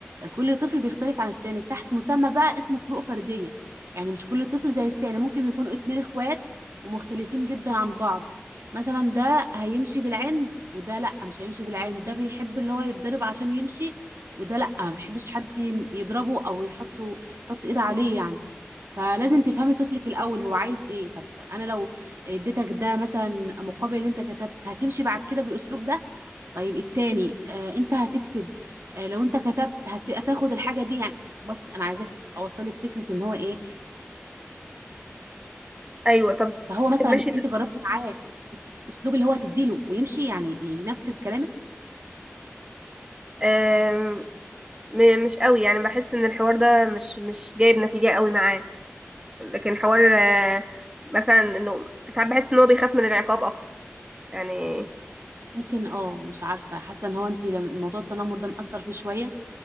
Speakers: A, on the right (about 75°); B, on the right (about 20°).
A: كل طفل بيختلف عن التاني تحت مسمى بقى اسمه فروق فرديه يعني مش كل طفل زي التاني ممكن يكونوا اتنين اخوات ومختلفين جدا عن بعض مثلا ده هيمشي بالعند وده لا مش هيمشي بالعند ده بيحب اللي هو يتضرب عشان يمشي وده لا ما بيحبش حد يضربه او يحطه يحط ايد عليه يعني فلازم تفهمي طفلك الاول هو عايز ايه طب انا لو اديتك ده مثلا مقابل اللي انت كتبت هتمشي بعد كده بالاسلوب ده طيب التاني آه انت هتكتب آه لو انت كتبت هت... هتاخد الحاجه دي يعني بص انا عايزاك اوصلك فكره ان هو ايه
B: ايوه طب
A: فهو مثلا
B: طب ماشي ده.
A: انت جربت معاه أس- اسلوب اللي هو تديله ويمشي يعني ينفذ كلامك
B: آم، م- مش قوي يعني بحس ان الحوار ده مش مش جايب نتيجه قوي معاه لكن حوار آه، مثلا انه ساعات بحس ان هو بيخاف من العقاب اكتر يعني
A: ممكن اه مش عارفه حاسه ان هو انت لم- موضوع التنمر ده مأثر فيه شويه